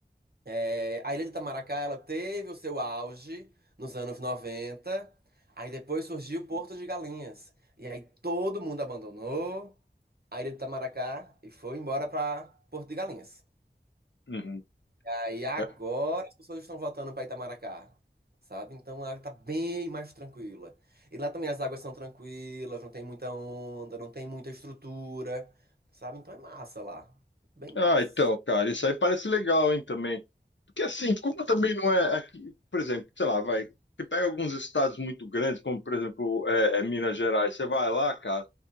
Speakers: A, on the right; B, on the left.
A: é, a Ilha de Itamaracá, ela teve o seu auge nos anos 90 aí depois surgiu o Porto de Galinhas. E aí todo mundo abandonou a Ilha de Itamaracá e foi embora pra Porto de Galinhas.
B: Uhum.
A: Aí agora
B: É.
A: as pessoas estão voltando para Itamaracá, sabe? Então ela tá bem mais tranquila. E lá também as águas são tranquilas, não tem muita onda, não tem muita estrutura, sabe? Então é massa lá. Bem
B: Ah,
A: massa.
B: então, cara, isso aí parece legal, hein, também. Porque assim, como também não é aqui, por exemplo, sei lá, vai, você pega alguns estados muito grandes, como por exemplo, é, é Minas Gerais, você vai lá, cara.